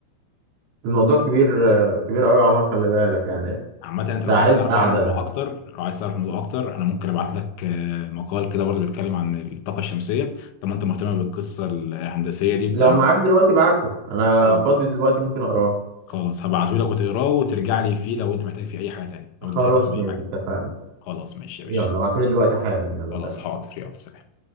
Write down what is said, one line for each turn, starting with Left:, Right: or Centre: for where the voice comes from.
Right: الموضوع كبير آه، كبير قوي يا عمر خلي بالك يعني
Left: عامة انت
Right: ده
Left: لو عايز
Right: عايز
Left: تعرف
Right: قعده
Left: عن الموضوع
Right: ده
Left: اكتر لو عايز تعرف الموضوع اكتر انا ممكن ابعت لك آه، مقال كده برضه بيتكلم عن الطاقة الشمسية طب ما انت مهتم بالقصة الهندسية دي
Right: لو
Left: بتاع
Right: معاك دلوقتي ابعته انا
Left: خلاص
Right: فاضي دلوقتي ممكن اقراه
Left: خلاص هبعته لك وتقراه وترجع لي فيه لو انت محتاج فيه اي حاجة تانية لو
Right: خلاص
Left: انت محتاج تفهم اي
Right: ماشي
Left: حاجة
Right: اتفقنا
Left: خلاص ماشي يا باشا
Right: يلا ابعتولي دلوقتي حالا يلا
Left: خلاص
Right: سلام
Left: حاضر يلا سلام